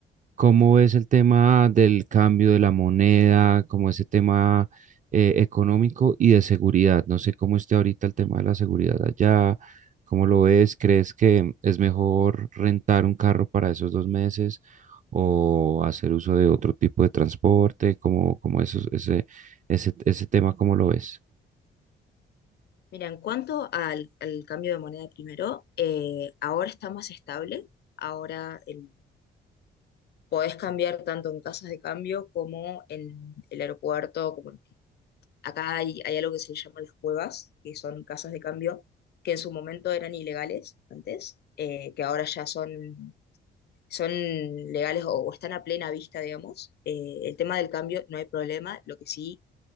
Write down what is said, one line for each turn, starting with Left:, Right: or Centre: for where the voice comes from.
Right: ¿Cómo ves el tema del cambio de la moneda, como ese tema eh, económico y de seguridad? No sé cómo esté ahorita el tema de la seguridad allá, ¿cómo lo ves? ¿Crees que es mejor rentar un carro para esos dos meses o hacer uso de otro tipo de transporte? ¿Cómo, cómo eso, ese, ese, ese tema, cómo lo ves?
Left: Mira, en cuanto al, al cambio de moneda primero, eh, ahora está más estable. Ahora el- podés cambiar tanto en casas de cambio como en el aeropuerto. Como en- acá hay, hay algo que se le llama las cuevas, que son casas de cambio que en su momento eran ilegales antes, eh, que ahora ya son, son legales o, o están a plena vista, digamos. Eh, el tema del cambio no hay problema. Lo que sí